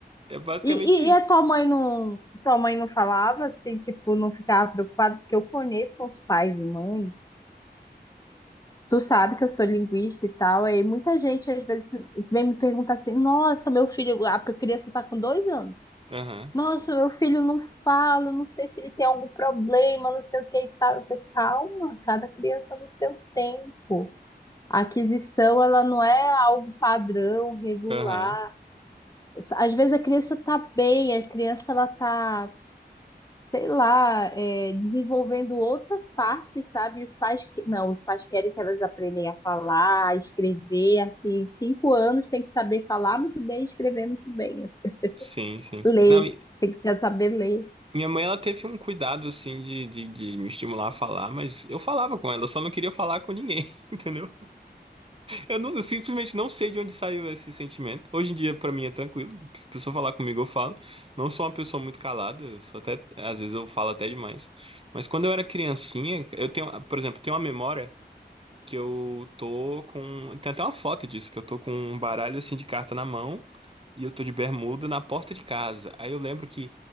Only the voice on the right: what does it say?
é basicamente
isso.
Aham,
aham,
sim, sim.
Não,
Minha mãe, ela teve um cuidado, assim, de, de, de me estimular a falar, mas eu falava com ela, eu só não queria falar com ninguém, <laughs> entendeu? Eu, não, eu simplesmente não sei de onde saiu esse sentimento. Hoje em dia, pra mim, é tranquilo. A pessoa falar comigo, eu falo. Não sou uma pessoa muito calada, eu sou até, às vezes eu falo até demais. Mas quando eu era criancinha, eu tenho, por exemplo, tenho uma memória que eu tô com. Tem até uma foto disso, que eu tô com um baralho assim de carta na mão e eu tô de bermuda na porta de casa. Aí eu lembro que